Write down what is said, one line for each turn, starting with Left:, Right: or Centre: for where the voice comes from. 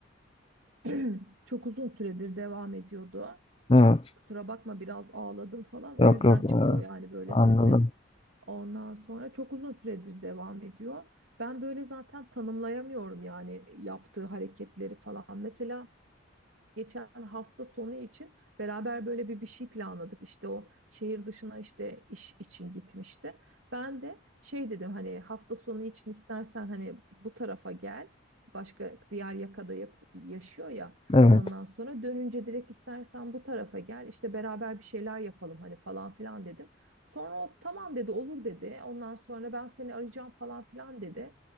Right: <clears throat> çok uzun süredir devam ediyordu.
Left: Evet.
Right: Kusura bakma biraz ağladım falan
Left: Yok
Right: o yüzden
Left: yok.
Right: çıkıyor
Left: Evet.
Right: yani böyle
Left: Anladım.
Right: sesim. Ondan sonra çok uzun süredir devam ediyor. Ben böyle zaten tanımlayamıyorum yani yaptığı hareketleri falan. Mesela geçen hafta sonu için beraber böyle bir bir şey planladık. İşte o şehir dışına işte iş için gitmişti. Ben de şey dedim hani hafta sonu için istersen hani bu tarafa gel. Başka diğer yakada yak- yaşıyor ya.
Left: Evet.
Right: Ondan sonra dönünce direkt istersen bu tarafa gel. İşte beraber bir şeyler yapalım hani falan filan dedim. Sonra o tamam dedi olur dedi. Ondan sonra ben seni arayacağım falan filan dedi.